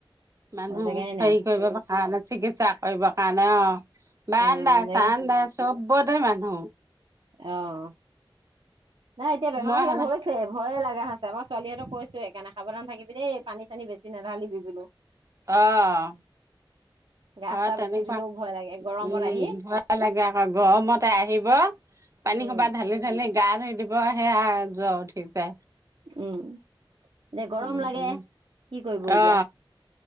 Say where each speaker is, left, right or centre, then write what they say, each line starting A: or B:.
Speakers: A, on the right (about 35°); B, on the right (about 80°).
A: মানুহ
B: অ', জেগাই নাই,
A: হেই কৰিব কাৰণে চিকিৎসা কৰিব কাৰণে অ'। বাৰান্দা
B: অ', জেগা
A: চানদা চবতে মানুহ
B: অ', নাই এতিয়া বেমা
A: মই
B: বিলাক
A: সেনা
B: হৈছ <unintelligible> ভয়ে লাগা হছে মই ছোৱালীহঁতক কৈছো সেইকাণে সাৱধান থাকিবি দেই পানী চানী বেছি নাঢালিবি বোলোঁ।
A: অ',
B: গা
A: অ',
B: চা
A: তেনেকুৱা
B: বেছি ধুলেও ভয় লাগে গৰমত
A: উম
B: আহি
A: <unintelligible> <unintelligible> লাগে আকৌ গৰমতে আহিব পানী
B: উম
A: সোপা ঢালিত <unintelligible> গা ধুই দিব সেয়া আও জ্বৰ উঠিছে।
B: উম, এতিয়া গৰম
A: উম
B: লাগে
A: উম
B: কি কৰিব এতিয়া?
A: অ